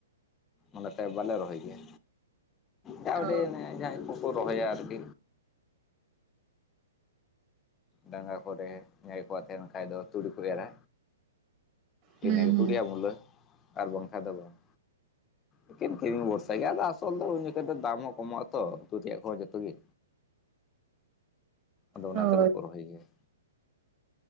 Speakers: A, on the left; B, on the right.
A: ᱚᱱᱟ ᱛᱮ ᱵᱟᱞᱮ ᱨᱚᱦᱚᱭ ᱜᱮᱭᱟ, ᱡᱟ
B: ᱚ
A: ᱩᱰᱤᱡ ᱚᱱᱮ ᱡᱟᱦᱟᱸᱭ ᱠᱚᱠᱚ ᱨᱚᱦᱚᱭᱟ ᱟᱨᱠᱤ। ᱰᱟᱸᱜᱟ ᱠᱚᱨᱮ ᱡᱟᱸᱦᱟᱭ ᱠᱚᱣᱟᱜ ᱛᱮᱦᱮᱱ ᱠᱷᱟᱡ ᱫᱚ ᱛᱩᱲᱤ ᱠᱚ ᱮᱨᱟ।
B: ᱦᱩᱸ
A: ᱤᱱᱟᱹᱜᱮ
B: ᱦᱩᱸ
A: ᱛᱩᱲᱤ ᱟᱨ ᱢᱩᱞᱟᱹ ᱟᱨ ᱵᱟᱝ ᱠᱷᱟᱱ ᱫᱚ ᱵᱟᱝ। ᱮᱠᱮᱱ ᱠᱤᱨᱤᱧ ᱵᱷᱚᱨᱥᱟ ᱜᱮᱭᱟ ᱟᱫᱚ ᱟᱥᱚᱞ ᱫᱚ ᱩᱱ ᱡᱚᱠᱷᱚᱱ ᱫᱚ ᱫᱟᱢ ᱦᱚᱸ ᱠᱚᱢᱚᱜ ᱟᱛᱚ ᱩᱛᱩ ᱨᱮᱭᱟᱜ ᱠᱚᱦᱚᱸ ᱡᱚᱛᱚ ᱜᱮ। ᱟᱫᱚ ᱚᱱᱟ
B: ᱦᱳᱭ
A: ᱛᱮ ᱵᱟᱠᱚ ᱨᱚᱦᱚᱭ ᱜᱮᱭᱟ।